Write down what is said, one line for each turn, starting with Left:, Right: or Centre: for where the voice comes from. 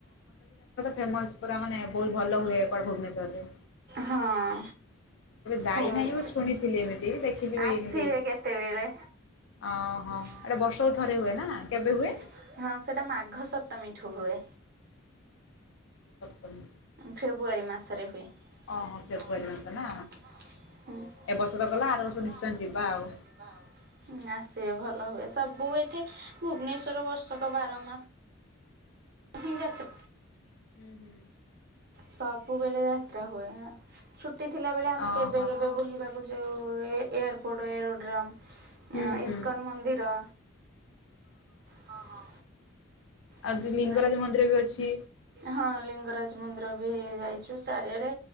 Left: ଫେମସ ପୁରା ମାନେ ବହୁତ ଭଲ ହୁଏ କୁଆଡେ ଭୁବନେଶ୍ଵରରେ।
Right: ହଁ
Left: ଯାଇନାହିଁ
Right: ହୁଏ
Left: ବଟ୍ ଶୁଣିଥିଲି
Right: <inaudible>
Left: ଏମିତି ଦେଖିଚି ବି
Right: ଆସିବେ
Left: ଏମିତି।
Right: କେତେବେଳେ।
Left: ଓହୋ
Right: <inaudible>
Left: ଏଟା ବର୍ଷକୁ ଥରେ ହୁଏ ନା କେବେ ହୁଏ?
Right: ହଁ ସେଟା ମାଘ ସପ୍ତମୀ ଠୁ ହୁଏ।
Left: ସତମୀ <inaudible>
Right: ଫେବୃଆରୀ ମାସରେ ହୁଏ। ଓଃ
Left: ଓହୋ ଫେବୃଆରୀ ମାସ
Right: ଫେବୃୟାରୀ
Left: ନା
Right: ମାସରେ ନୁହଁ ହଉ ହଉ ହୁମ୍
Left: ଏ ବର୍ଷ
Right: ଏ ବର୍ଷ
Left: ଆର
Right: ତ ଗଲା
Left: ନିଶ୍ଚୟ
Right: ଆର
Left: ଯିବା
Right: ବର୍ଷ
Left: ଆଉ।
Right: <inaudible> ଯିବା ଆଉ। ଆସିବେ ଭଲ ହୁଏ। ସବୁ ଏଠେ ଭୁବନେଶ୍ୱର ବର୍ଷକ ବାର ମାସ ହିଁ
Left: ହ
Right: ଯାତ୍ରା
Left: ହୋ ହୁଁ ହୁଁ।
Right: ସବୁବେଳେ ଯାତ୍ରା ହୁଏ ଛୁଟି ଥିଲା ବେଳେ ଆମେ
Left: ଓହୋ
Right: କେବେ କେବେ ବୁଲିବା ଯଉ ଏ ଏୟାରପୋର୍ଟ ଏରୋଡ୍ରମ୍
Left: ହୁଁ ହୁଁ
Right: ଇସ୍କନ୍ ମନ୍ଦିର। ହଁ ହଁ।
Left: ଆଉ
Right: <inaudible>
Left: ଯୋଉ ଲିଙ୍ଗରାଜ ମନ୍ଦିର ବି ଅଛି
Right: ହଁ ଅଁ। ଲିଙ୍ଗରାଜ ମନ୍ଦିର ବି ଯାଇଛୁ ଚାରିଆଡେ